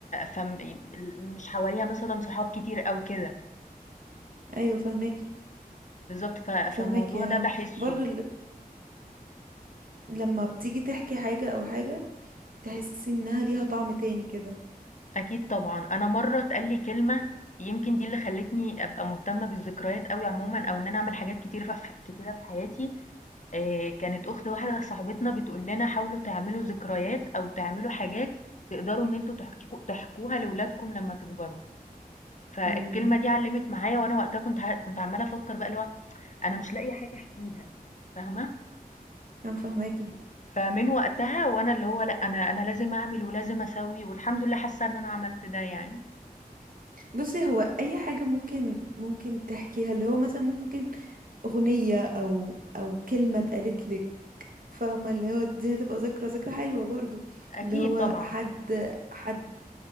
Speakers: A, on the left; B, on the right.
A: فم ال مش حواليها مثلًا صحاب كتير أو كده،
B: ايوه فهماكي
A: بالضبط، ف
B: فهماكي
A: فالموضوع
B: يا
A: ده باحسّه.
B: برضو ال... لما بتيجي تحكي حاجه او حاجه تحسي انها ليها طعم تاني كده
A: أكيد طبعًا، أنا مرّة اتقال لي كلمة يمكن دي اللي خلّتني أبقى مهتمة بالذكريات أوي عمومًا أو إن أنا أعمل حاجات كتيرة في ح كتيرة في حياتي، آآ كانت أخت واحدة صاحبتنا بتقول لنا حاولوا تعملوا ذكريات أو تعملوا حاجات تقدروا إن أنتم تحككوا تحكوها لولادكم لمّا تكبروا، فالكلمة
B: امم
A: دي علّمت معايا وأنا وقتها كنت ع كنت عمّالة أفكّر بقى اللي هو أنا مش لاقية حاجة أحكيها فاهمة،
B: انا فهماكي
A: فمن وقتها وأنا اللي هو لأ، أنا أنا لازم أعمل ولازم أسوّي والحمد لله حاسة إن أنا عملت ده يعني.
B: بصي هو اي حاجه ممكن ممكن تحكيها اللي هو مثلا ممكن اغنيه او او كلمه اتقالت لك فاهمة اللي هو دي هتبقى ذكرى ذكرى حلوة برضو
A: أكيد
B: اللي هو
A: طبعًا.
B: حد حد